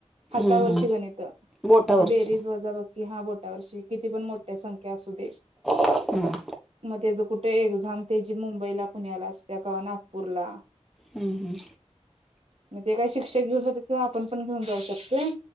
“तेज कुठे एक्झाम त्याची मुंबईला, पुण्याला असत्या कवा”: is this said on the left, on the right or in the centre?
Right